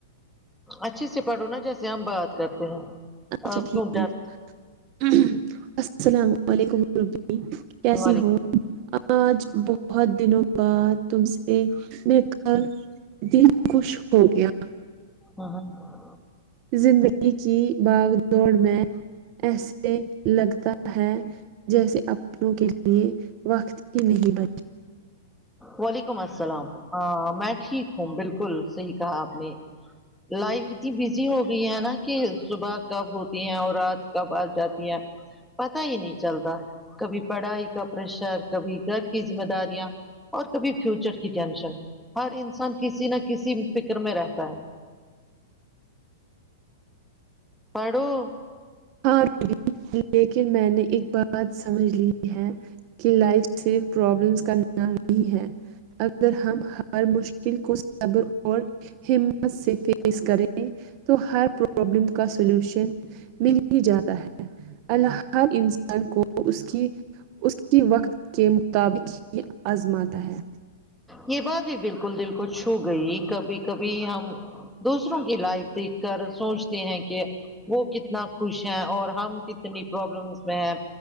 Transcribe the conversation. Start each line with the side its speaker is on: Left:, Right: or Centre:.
Centre: اچھے سے پڑھو نا جیسے ہم بات کرتے ہیں
Right: اچھا
Centre: آپ
Right: ٹھیک
Centre: کیوں ڈر
Right: السلام علیکم ربی کیسی
Centre: وعلیکم
Right: ہو آج بہت دنوں بعد تم سے میں بات دل خوش ہو گیا
Centre: <unintelligible>
Right: زندگی کی باگ دوڑ میں ایسے لگتا ہے جیسے اپنوں کے یے وقت کی نہیں بل
Centre: وعلیکم السلام آ میں ٹھیک ہوں بالکل صحیح کہا آپ نے لائف اتنی بزی ہو گئی ہے نا کہ صبح کب ہوتی ہے اور رات کب آ جاتی ہے پتا ہی نہیں چلتا کبھی پڑھائی کا پریشر کبھی گر کی ذمہ داری اور کبھی فیوچر کی ٹینشن ہر انسان کسی نہ کسی فکر میں رہتا ہے پڑھو
Right: ہاں لیکن میں نے ایک بات سمجھ لی ہے کہ لائف صرف پرابلمز کا نام نہیں ہے اگر ہم ہر مشکل کو صبر اور ہمت سے فیس کریں تو ہر پرابلم کا سلوشن جاتا ہے اللہ ہر انسان کو اس کی اس کی وقت کے مطابق ہی آزماتا ہے
Centre: یہ بات بھی بالکل دل کو چھو گئی کبھی کبھی ہم دوسروں کی لائف دیکھ کر سوچتے ہیں کہ وہ کتنا خوش ہیں اور ہم کتنی پرابلمز اس میں ہے